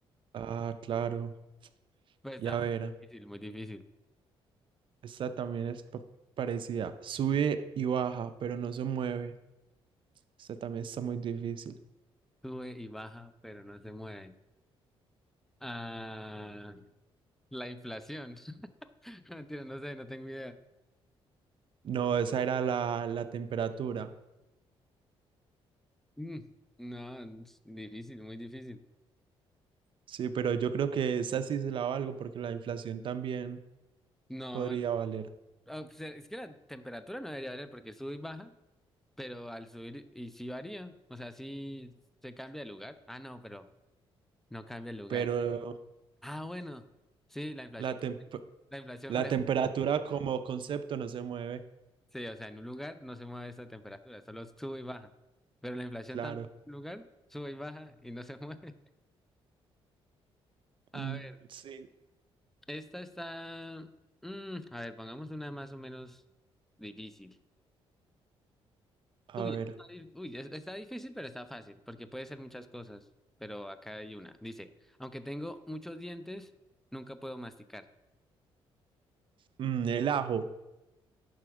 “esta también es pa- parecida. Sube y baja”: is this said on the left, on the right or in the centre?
Right